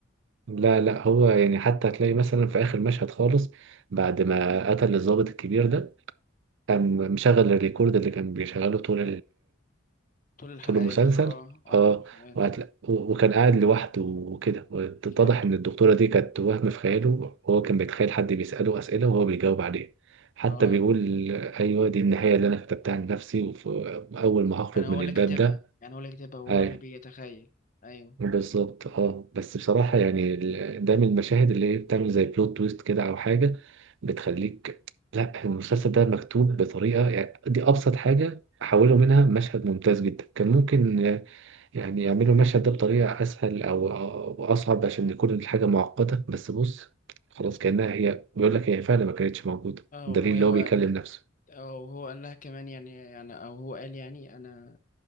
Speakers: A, on the right (about 65°); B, on the left (about 40°).
A: لا لا هو يعني حتى هتلاقي مثلا في آخر مشهد خالص بعد ما قتل الضابط الكبير ده قام مشغل الريكورد اللي كان بيشغله طول
B: طول الحلقات
A: قلت له مسلسل
B: اه اه
A: اه
B: طول الحلقات
A: وهتلا- و- وكان قاعد لوحده وكده واتضح
B: اتفضل.
A: ان الدكتوره دي كانت وهم في خياله وهو كان بيتخيل حد بيساله اسئله وهو بيجاوب عليه حتى
B: اه
A: بيقول ايوه دي النهايه اللي انا كتبتها لنفسي واول ما هخرج
B: انا
A: من
B: هو اللي
A: الباب
B: كاتبها
A: ده
B: يعني هو اللي كاتبها وهو
A: ايوه
B: اللي بيتخيل ايوه
A: بالظبط اه بس بصراحه يعني ال- ده من المشاهد اللي هي بتعمل زي بلوت تويست كده او حاجه بتخليك لا المسلسل ده مكتوب بطريقه يعني دي ابسط حاجه حولوا منها مشهد ممتاز جدا كان ممكن يعني يعملوا المشهد ده بطريقة أسهل أو أو أصعب عشان يكون الحاجة معقدة بس بص خلاص كأنها هي بيقول لك هي فعلا ما كانتش موجودة
B: اه
A: الدليل
B: هو هو
A: اللي هو بيكلم
B: قال
A: نفسه
B: او هو قال لها كمان يعني يعني او هو قال يعني انا